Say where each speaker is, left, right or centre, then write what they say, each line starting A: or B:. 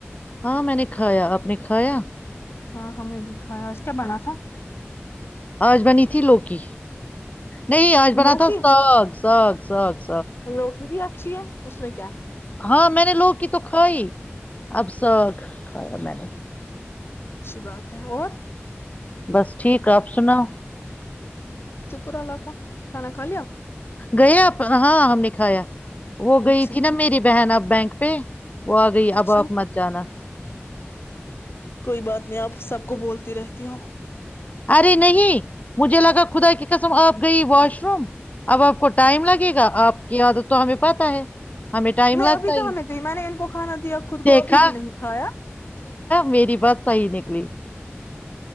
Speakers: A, on the left; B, on the left.
A: ہاں میں نے کھایا آپ نے کھایا
B: ہاں ہم نے بھی کھیا و اسے بنا تھا
A: آج بنی تھی لوکی نہیں آج بنا
B: لوکی
A: تھا سگ سگ سچ
B: لوکی بھی آ اچھی ہے اس میں کیا ہے
A: ہاں میں نے لوگ کی تو کھائی اب سگ کھایا میں نے
B: اچھی بات ہے اور
A: بس ٹھیک آپ سناؤ
B: شکر آلہ تھا کھانا کھا لیا
A: گیا ہاں ہم نے کایا وہ گئی
B: اچھا
A: تھی نا میری بہن اب بینک پہ وہ آ گئی
B: اچھا
A: اب آپ مت جانا
B: کوئی بات نہیں آپ سب کو بولتی رہتی ہو
A: ارے نہیں مجھے لگا خدا کی قسم آپ گئی واش روم اب آپ کو ٹائم لگے گا آپ کی عادت تو ہمیں پتا ہے ہمیں ٹائم
B: نہیں
A: لگتا
B: ابھی کہاں
A: ہی
B: میں گئی میں نے ان کو کھانا دیا خود کو
A: دیکھا
B: ابھی بھی نہیں کھایا
A: میری بات صحی نکلی